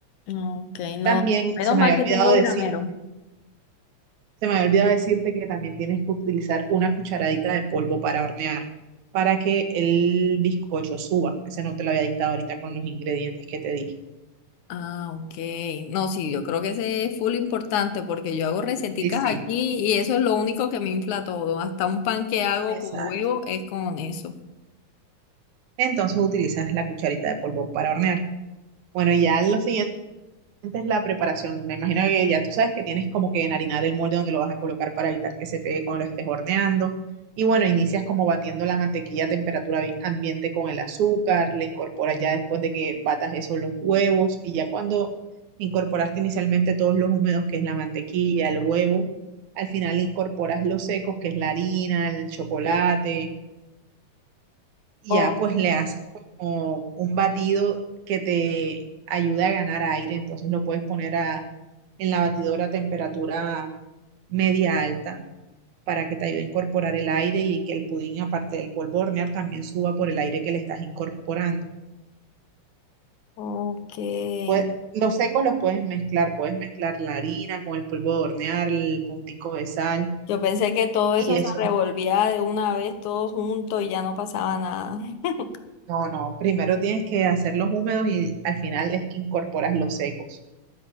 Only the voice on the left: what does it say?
Ok, no.
Menos
mal
que tengo
gramero.
Ah, ok. No, sí, yo creo que ese es full importante porque yo hago receticas
aquí y eso es lo único que me infla todo. Hasta un pan que hago
con huevo es con eso.
Oh,
ok.
Yo pensé que todo
eso
se revolvía de una vez todo junto y ya no pasaba nada. <laughs>